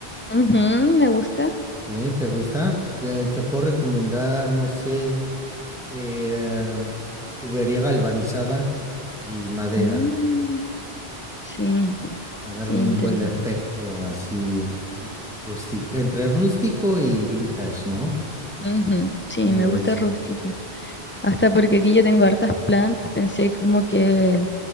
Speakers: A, on the left (about 15°); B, in the centre.
A: Ujú, me gusta.
B: ¿sí? ¿Te gusta? De- te puedo recomendar, no sé. eh, em, tubería galvanizada y madera
A: Mm, sí,
B: para
A: sí,
B: darle
A: interesante.
B: un buen efecto así rústico, entre rústico y vintage, ¿no?
A: Ujú, sí,
B: ¿Cómo
A: me
B: ves?
A: gusta rústico. Hasta porque aquí yo tengo hartas plantas, pensé como que